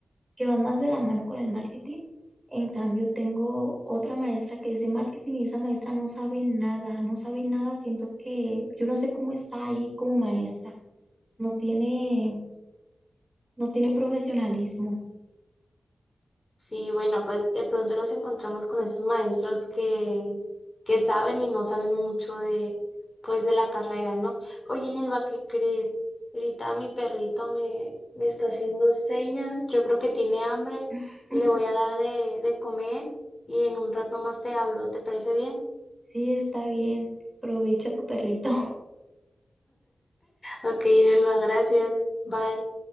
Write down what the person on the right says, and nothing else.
que van más de la mano con el marketing. En cambio, tengo otra maestra que es de marketing y esa maestra no sabe nada, no sabe nada, siento que yo no sé cómo está ahí como maestra, no tiene, no tiene profesionalismo.
<laughs>
Sí, está bien, aprovecha tu perrito.